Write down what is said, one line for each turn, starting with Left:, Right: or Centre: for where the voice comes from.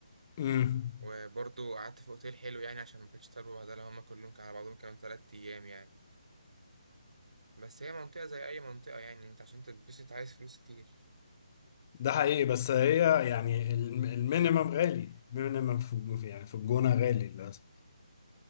Left: أمم.
Right: وبرضه قعدت في اوتيل حلو يعني عشان ما كانتش طالبه بهدله هما كلهم كانوا على بعضهم كانوا تلات ايام يعني بس هي منطقه زي اي منطقه يعني انت عشان تتبسط عايز فلوس كتير
Left: ده حقيقي بس هي يعني الم- المينيمم غالي المينيمم في في- يعني في الجونه غالي للاسف